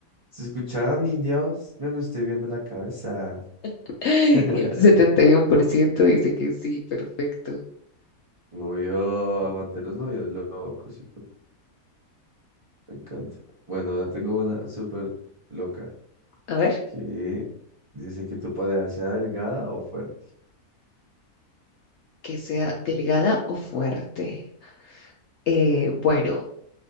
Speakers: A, on the right; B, on the left.
A: ¿Se escucharon, indios? Yo no estoy viendo la cabeza.
B: <laughs>
A: <laughs>
B: Y el 71% dice que sí, perfecto.
A: Novio, aguante los novios locos. hijo- Me encanta. Bueno, ahora tengo una súper loca.
B: A ver.
A: Que dice que tu pareja sea delgada o fuerte.
B: que sea delgada o fuerte. Eh, bueno,